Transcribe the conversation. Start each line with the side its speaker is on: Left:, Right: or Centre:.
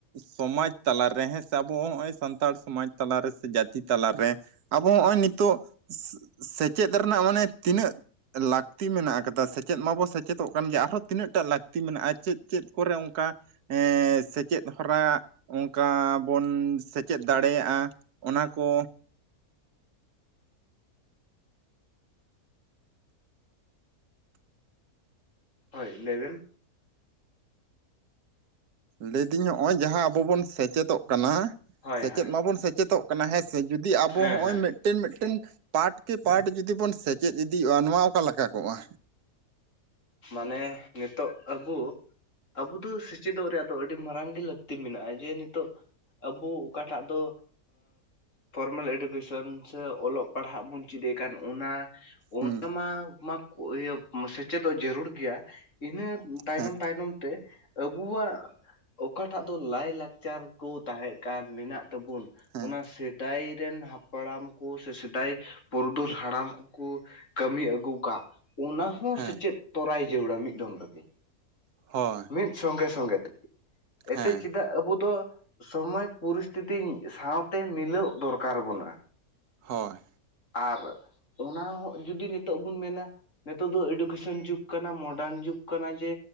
Right: ᱥᱚᱢᱟᱡᱽ ᱛᱟᱞᱟᱨᱮ ᱦᱮᱸ ᱥᱮ, ᱟᱵᱚ ᱦᱚᱸᱜᱼᱚᱭ ᱥᱟᱱᱛᱟᱲ ᱥᱚᱢᱟᱡᱽ ᱛᱟᱞᱟ ᱨᱮ ᱥᱮ ᱡᱟᱹᱛᱤ ᱛᱟᱞᱟ ᱨᱮ ᱟᱵᱚ ᱦᱚᱸᱜᱼᱚᱭ ᱱᱤᱛᱚᱜ ᱥᱮᱪᱮᱫ ᱨᱮᱱᱟᱜ ᱢᱟᱱᱮ ᱛᱤᱱᱟᱹᱜ ᱞᱟᱹᱠᱛᱤ ᱢᱮᱱᱟᱜ ᱟᱠᱟᱫᱟ ᱥᱮᱪᱮᱫ ᱢᱟᱵᱚᱱ ᱥᱮᱪᱮᱫᱚᱜ ᱠᱟᱱ ᱜᱮᱭᱟ ᱟᱨᱦᱚᱸ ᱛᱤᱱᱟᱹᱜ ᱴᱟᱜ ᱞᱟᱹᱠᱛᱤ ᱢᱮᱱᱟᱜᱼᱟ, ᱪᱮᱫ ᱪᱮᱫ ᱠᱚᱨᱮ ᱚᱱᱠᱟ ᱮᱦᱸ ᱥᱮᱪᱮᱫ ᱦᱚᱨᱟ ᱚᱱᱠᱟ ᱵᱚᱱ ᱥᱮᱪᱮᱫ ᱫᱟᱲᱮᱭᱟᱜᱼᱟ᱾ ᱚᱱᱟ ᱠᱚ
Left: ᱦᱳᱭ ᱞᱮᱭᱵᱮᱱ?
Right: ᱞᱟᱹᱭᱫᱤᱧ ᱱᱚᱜᱼᱚᱭ ᱡᱟᱦᱟᱸ ᱟᱵᱚ ᱵᱚᱱ ᱥᱮᱪᱮᱫᱚᱜ ᱠᱟᱱᱟ,
Left: ᱦᱳᱭ
Right: ᱥᱮᱪᱮᱫ
Left: ᱦᱳᱭ
Right: ᱢᱟᱵᱚᱱ ᱥᱮᱪᱮᱫᱚᱜ ᱠᱟᱱᱟ ᱦᱮᱸ ᱥᱮ ᱡᱩᱫᱤ ᱟᱵᱚ
Left: ᱦᱮᱸ
Right: ᱦᱚᱸᱜᱼᱚᱭ
Left: ᱦᱮᱸ
Right: ᱢᱤᱫ ᱢᱤᱫᱴᱮᱱ ᱢᱤᱫᱴᱮᱱ ᱯᱟᱴ ᱠᱮ ᱯᱟᱴ ᱡᱩᱫᱤ ᱵᱚᱱ ᱥᱮᱪᱮᱫ ᱤᱫᱤᱜᱼᱟ, ᱱᱚᱣᱟ ᱚᱠᱟ ᱞᱮᱠᱟ ᱠᱚᱜᱼᱟ?
Left: ᱢᱟᱱᱮ ᱱᱤᱛᱚᱜ ᱟᱵᱩ, ᱟᱵᱚ ᱫᱚ ᱥᱮᱪᱮᱫᱚᱜ ᱨᱮᱭᱟᱜ ᱫᱚ ᱟᱹᱰᱤ ᱢᱟᱨᱟᱝ ᱜᱮ ᱞᱟᱹᱠᱛᱤ ᱢᱮᱱᱟᱜᱼᱟ ᱡᱮ ᱱᱤᱛᱚᱜ ᱟᱵᱩ ᱚᱠᱟᱴᱟᱜ ᱫᱚ ᱯᱷᱚᱨᱢᱟᱞ ᱮᱰᱩᱠᱮᱥᱚᱱ ᱥᱮ ᱚᱞᱚᱜ ᱯᱟᱲᱦᱟᱜ ᱵᱚᱱ ᱪᱮᱫ ᱮ ᱠᱟᱱ, ᱚᱱᱟ ᱚᱱᱟ
Right: ᱦᱩᱸ
Left: ᱢᱟ ᱢᱟ ᱤᱭᱟᱹ ᱥᱮᱪᱮᱫᱚ ᱡᱟᱹᱨᱩᱲ ᱜᱮᱭᱟ, ᱤᱱᱟᱹ ᱛᱟᱭᱱᱚᱢ
Right: ᱦᱮᱸ
Left: ᱛᱟᱭᱱᱚᱢ ᱛᱮ ᱟᱵᱚᱣᱟ ᱚᱠᱟᱴᱟᱜ ᱫᱚ ᱞᱟᱭ ᱞᱟᱠᱪᱟᱨ ᱞᱟᱠᱪᱟᱨ ᱠᱚ ᱛᱟᱦᱮᱸ ᱠᱟᱱ, ᱢᱮᱱᱟᱜ ᱛᱟᱵᱚᱱ
Right: ᱦᱮᱸ
Left: ᱚᱱᱟ ᱥᱮᱫᱟᱭ ᱨᱮᱱ ᱦᱟᱯᱲᱟᱢ ᱥᱮ ᱥᱮᱫᱟᱭ ᱯᱩᱨᱩᱫᱷᱩᱞ ᱦᱟᱲᱟᱢ ᱠᱚᱠᱚ ᱠᱟᱹᱢᱤ ᱟᱹᱜᱩ ᱠᱟᱫ, ᱚᱱᱟ ᱦᱚᱸ
Right: ᱦᱮᱸ
Left: ᱥᱮᱪᱮᱫ ᱛᱚᱨᱟᱭ ᱡᱟᱹᱲᱟ ᱢᱤᱫ ᱫᱚᱢ ᱨᱮᱜᱮ᱾
Right: ᱦᱳᱭ᱾
Left: ᱢᱤᱫ ᱥᱚᱝᱜᱮ ᱥᱚᱸᱜᱮ ᱛᱮ,
Right: ᱦᱮᱸ
Left: ᱮᱛᱮᱜ ᱪᱮᱫᱟᱜ ᱟᱵᱚ ᱫᱚ ᱥᱚᱢᱚᱭ ᱯᱚᱨᱤᱥᱛᱷᱤᱛᱤ ᱥᱟᱶᱛᱮ ᱢᱤᱞᱟᱹᱣᱚᱜ ᱫᱚᱨᱠᱟᱨ ᱟᱵᱚᱱᱟ᱾
Right: ᱦᱳᱭ,
Left: ᱟᱨ ᱚᱱᱟ ᱦᱚᱸ ᱡᱩᱫᱤ ᱱᱤᱛᱳᱜ ᱵᱚᱱ ᱢᱮᱱᱟ ᱱᱤᱛᱚᱜ ᱫᱚ ᱮᱰᱩᱠᱮᱥᱚᱱ ᱡᱩᱜᱽ ᱠᱟᱱᱟ, ᱢᱚᱰᱟᱨᱱ ᱡᱩᱜᱽ ᱠᱟᱱᱟ, ᱡᱮ